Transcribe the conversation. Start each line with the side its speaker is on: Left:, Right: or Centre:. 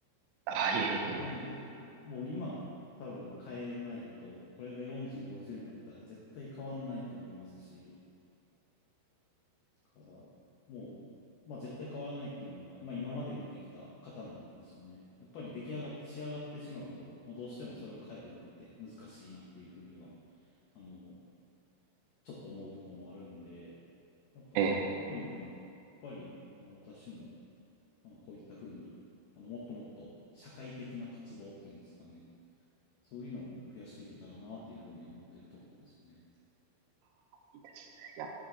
Right: あ、いえいえ、
Left: なんで、もう今、多分変えないと、これが40、50になったら絶対変わんないと思いますし、だから、もう、まあ絶対変わらないっていうのが、まあ今まで見てきた方もですね、やっぱり出来上がって、仕上がってしまうと、もうどうしてもそれを変えるのって難しいなっていうふうには、あの、ちょっと思うとこもあるんで、やっぱその部分でも、
Right: ええ、
Left: やっぱり、あの、私も、あの、こういったふうに、あの、もっともっと社会的な活動っていうんですかね。そういうのも増やしていけたらなっていうふうに思っているところですね。
Right: いいですね。いや、